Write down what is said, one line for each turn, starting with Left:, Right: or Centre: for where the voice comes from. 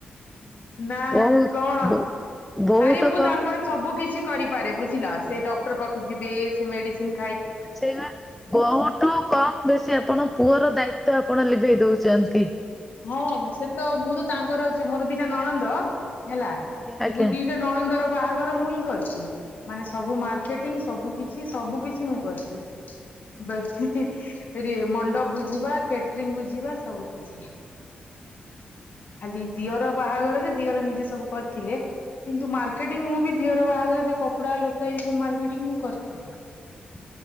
Left: ନା
Centre: ବହୁତ
Left: କଣ?
Centre: ବହୁତ
Left: ଆରେ ମୁଁ
Centre: କମ
Left: ତାଙ୍କର ସବୁ କିିଛି କରିପାରେ। ବୁଝିଲ, ସେ ଡକ୍ଟର୍ ପାଖକୁ ଯିବେ। ସେ ମେଡିସିନ୍
Centre: ସେଇପା ବୋହୁ ଠୁ କମ ବେଶୀ ଆପଣ ପୁଅର ଦାୟିତ୍ବ ଆପଣ ଲିଭେଇ ଦଉଚ ଚନ୍ତି।
Left: ହଁ <unintelligible> ସେ ତ ମୁଁ ତ ତାଙ୍କର ଯ-ମୋର ଦିଟା ନଣନ୍ଦ ହେଲା
Centre: ଆଜ୍ଞା ଆଜ୍ଞା
Left: ମୁଁ ଦିଟା ନଣନ୍ଦର ବାହାଘର ମୁଇଁ କରିଛି। ମାନେ ସବୁ ମାର୍କେଟିଂ ସବୁ କିଛି ସବୁ କିଛି ମୁଁ କରିଛି। ବେଶୀ ହି ଏ ରି-ମଣ୍ଡପ ବୁଝିବା, କ୍ୟାଟରିଙ୍ଗ ବୁଝିବା ସବୁ କିଛି।
Centre: ହଁ
Left: ଖାଲି ଦିଅର ବାହାଘରରେ ଦିଅର ନିଜେ ସବୁ କରିଥିଲେ। କିନ୍ତୁ ମାର୍କେଟିଂ ମୁଁ ବି ଦିଅର ବାହାଘରରେ କପଡା ଲତା ଏଇ ସବୁ ମାର୍କେଟିଂ ମୁଁ କରିଥିଲି।
Centre: ହୁଁ